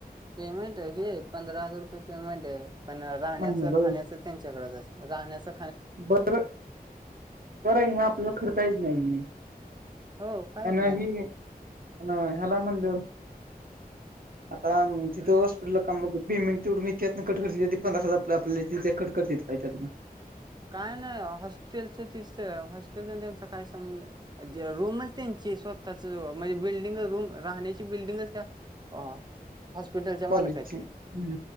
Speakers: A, on the right; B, on the right.
A: पेमेंट हे पंधरा हजार रुपये पेमेंट आहे. पण राहण्याचं
B: महिन्याला
A: खाण्याच
B: होय?
A: त्यांच सगळं आहेस राहण्याचा.
B: बर बर आहे ना आपला खर्चायचं नाही.
A: हो कायच
B: ह्यना
A: नाही
B: ही अन हेला म्हणल्यावर - आराम तिथं
A: हम्
B: बसलो. कुटलं काम पेमेंट तेवढं मीळत्यात त्यातं कट कर पंधरा हजार आपल्याला कट कर त्यातं
A: काय नाही हॉस्टेलचं तिस हॉस्टेल त्यांचा काय संबध- रूमच त्यांची स्वतःच म्हणजे बिल्डिंग रूम राहण्याची बिल्डिंगच त्या- हा हॉस्पिटलच्या
B: कॉलेजची
A: मालका ची
B: हम्म